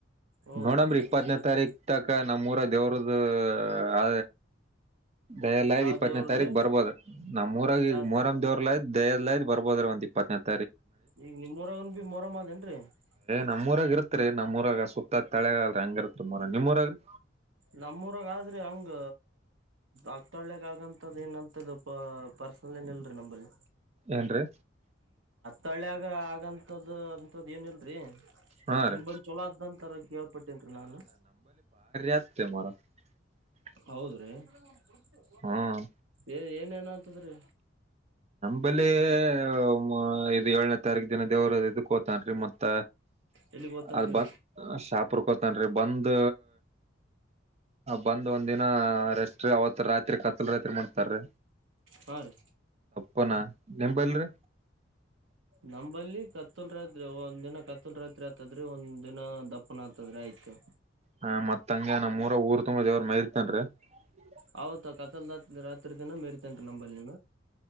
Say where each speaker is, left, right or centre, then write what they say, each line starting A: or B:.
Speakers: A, on the right; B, on the right.
A: ಹೌದ್ರಿ
B: ನೋಡಮ್ರೀ ಇಪ್ಪತ್ತನೇ
A: ಇವತ್
B: ತಾರೀಕ್ ತಕ್ ನಮ್ಮೂಊರ ದೇವ್ರದ್ದು ಅ ದಯ ಎ ಆಯ್
A: ಯಾವ
B: ಇಪ್ಪತ್ತತ್ನೇ
A: ದೇವ್ರ್ರೀ
B: ತಾರೀಕ್ ಬರ್ಬೋದ ನಮ್ಮ್ಊರಾಗಗ
A: ಯಾ
B: ಮರಮ ದವ್ರಲ ಆದ್ ದಯದ್ ಬರ್ಬೋದ್ರ ಒಂದ ಇಪ್ಪತ್ತತ್ <unintelligible>
A: ಈಗ ನಿಮ್ ಮರಾಗನ್ ಬಿ ಮರ ಅದೇನ್ರರಿ <unintelligible>
B: ನಮ್ಮ್ಊರಾಗ ಇರುತ್ೆ ನಮ್ಮೂರಾಗ ಸುುತ್ತ <unintelligible> ಮ ತಳೆಗಲ್ ಹಂಗರತ್ರ ಮರ ನಿಮ್ಮ್ಊರಾಗ <unintelligible>
A: ನಮ್ಮೂರಾಗ ಆದ್ರಿ ಹಂಗ ಆಕ್ತಳಿಗ ಆಗಂತದ ಏನಂತದ್ದ ಪ ಪರ್ಸನಲ್ ಏನ್ ಇಲ್ರರಿ ನಂಬಲ್ಲಿ
B: ಏನ್ರೀ
A: ತಳ್ಯಾಗ ಆಗಂಂತದ್ದ ಅಂಂತದ ಏನ ಇಲ್ರಿ
B: ಹಾ
A: ನಿಮ
B: ರೀ
A: ಬಲ್ಲಿ ಚೊಲೋ ಆದ್ದಂತರ ಕೇಳ್ಪಟ್ಟೇನ್ರಿೀ ನಾವಲ್ಲ
B: ಯತ ಅಾರ <unintelligible>
A: ಹೌದ್ರೀ ಹೋಗುದು
B: ಹ್ಮ್
A: ಎ ಏನೇನ ಹದ್ರ
B: ಬಲ್ಲಿ ಅ ಇದು ಏಳನೇ ತಾರೀಕು ದಿನ ದೇವ್ರ ಇದಕ್ಕ ಹೋತಾನ್ರಿ ಮತ್ತ
A: ಎಲ್ಲಿಗ್ ಗೊತ್ತನ್ರಿ
B: ಅದ ಬ ಶಾಪುರ್ ಕೋತನ್ರಿ ಬಂದ್ ಬಂದ್ ಒಂದ ದಿನ ರೆಸ್ಟ್ ರೀ ಅವತ್ ರಾತ್ರಿ ಕತ್ಲ್ ರಾತ್ರಿ ಮಾಡ್ತಾರೀ.
A: ಹರಿ
B: ಗನಾ ನಿಂಬಲ್ರಿ.
A: ನಂಬಲ್ಲಿ ಕತ್ತಲ್ ರಾತ್ರಿ ಒಂದ್ ದಿನ ಕತ್ತಲ್ ರಾತ್ರಿ ಆತದ್ರೆ ಒಂದ್ ದಿನ ದಪ್ಪನ ಹತದ್ರೆ ಆಯ್ತು
B: ಹ ಮತ್ಂಗಗೆ ನಮ್ಮ್ೂರ ಊರ್ ತುಂಬ ದೇವ್ರ ಮೈರಿತನ್ರಿ <unintelligible>
A: ಹೌತ್ಾ ಕತ್ತಲ್ಾ ರಾತ್ರಿ ದಿನ ಮೆರ್ತ <unintelligible> ಇೇನ್ರಿ ನಂಬಲ್ಲಿ